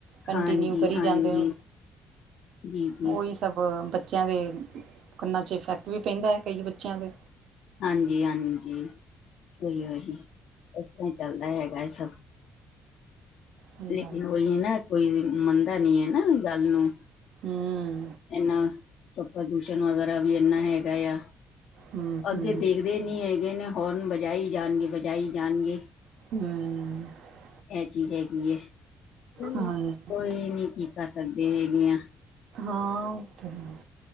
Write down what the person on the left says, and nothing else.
ਹਾਂਜੀ
ਹਾਂਜੀ
ਜੀ ਜੀ
ਹਾਂਜੀ-ਹਾਂਜੀ ਉਹੀੳ ਈ ਇਸ ਤਰ੍ਹਾਂ ਚੱਲਦਾ ਹੈਗਾ ਹੈ ਸਭ।
ਲੇਕਿਨ
ਉਹੀ ਨਾ ਕੋਈ ਮੰਨਦਾ ਨੀ ਹੈ ਨਾ ਗੱਲ ਨੂੰ।
ਇਨਾ ਸਭ ਪ੍ਰਦੂਸ਼ਣ ਵਗੈਰਾ ਵੀ ਇੰਨਾ ਹੈਗਾ ਆ।
ਅੱਗੇ ਦੇਖਦੇ ਨੀ ਹੈਗੇ ਨੇ ਹੋਰਨ ਵਜਾਈ ਜਾਣਗੇ ਵਜਾਈ ਜਾਣਗੇ।
ਇਹ ਚੀਜ਼ ਹੈਗੀ ਹੈ ਚਲੋ
ਕੋਈ ਨੀ ਕੀ ਕਰ ਸਕਦੇ ਹੈਗੇ ਆ।